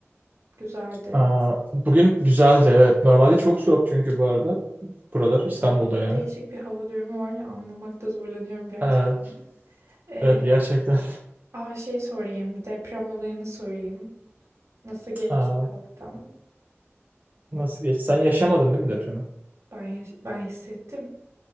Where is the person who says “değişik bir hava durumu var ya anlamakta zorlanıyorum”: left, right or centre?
Right